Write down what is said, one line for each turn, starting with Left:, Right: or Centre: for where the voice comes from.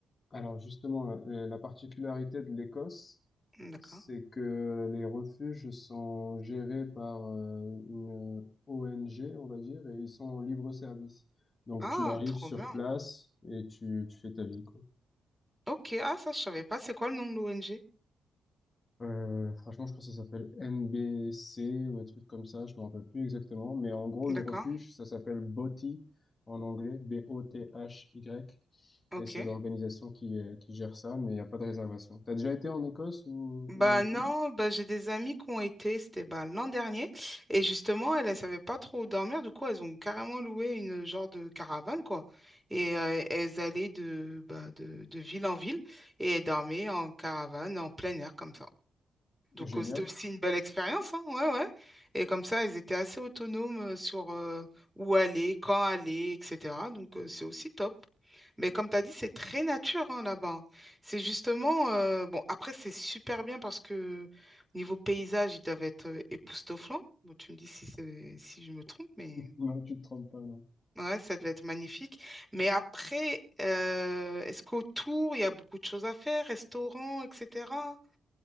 Left: Alors justement, euh, la particularité de l'Écosse,
Centre: D'accord.
Left: c'est que les refuges sont gérés par euh, une ONG, on va dire, et ils sont en libre service. Donc
Centre: Ah,
Left: tu arrives
Centre: trop
Left: sur
Centre: bien.
Left: place et tu, tu fais ta vie, quoi.
Centre: Ok, ah ça je savais pas. C'est quoi le nom de l'ONG?
Left: Euh, franchement, je crois que ça s'appelle MBC ou un truc comme ça, je me rappelle plus exactement, mais en gros,
Centre: D'accord.
Left: le refuge, ça s'appelle BOTY en anglais, B-O-T-H-Y,
Centre: Ok.
Left: et c'est l'organisation qui, euh, qui gère ça, mais il n'y a pas de réservation. T'as déjà été en Écosse ou,
Centre: Bah
Left: ou dans les
Centre: non,
Left: pays?
Centre: bah j'ai des amis qui ont été, c'était bah, l'an dernier, et justement, elles ne savaient pas trop où dormir, du coup, elles ont carrément loué une genre de caravane, quoi. Et euh, elles allaient de, bah, de, de ville en ville, et elles dormaient en caravane, en plein air, comme ça. Donc,
Left: Génial.
Centre: euh, c'était aussi une belle expérience, hein, ouais, ouais. Et comme ça, ils étaient assez autonomes euh, sur euh, où aller, quand aller, etc. Donc, euh, c'est aussi top. Mais comme tu as dit, c'est très nature hein, là-bas. C'est justement, euh, bon, après, c'est super bien parce que niveau paysage, ils doivent être euh, époustouflants. Bon, tu me dis si, c'est- si je me trompe, mais
Left: Non, tu te trompes pas, non.
Centre: ouais, ça devait être magnifique. Mais après, euh, est-ce qu'autour, il y a beaucoup de choses à faire, restaurants, etc.